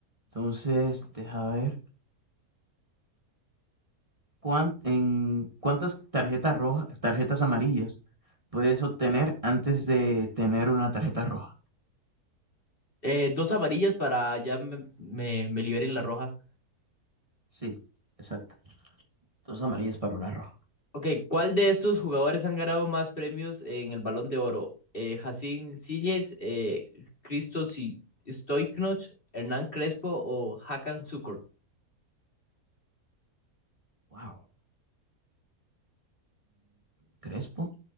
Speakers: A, on the right; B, on the left.
A: Entonces, deja ver. ¿cuán- en, ¿Cuántas tarjetas rojas, tarjetas amarillas puedes obtener antes de tener una tarjeta roja?
B: Eh, dos amarillas para ya me, me, me liberen la roja.
A: Sí, exacto. Dos amarillas para una roja.
B: Ok, ¿cuál de estos jugadores han ganado más premios en el Balón de Oro? Eh, Jacín Síñez, eh, Christos y Stoiknoch, Hernán Crespo o Hakan Sukur.
A: Wow. Crespo.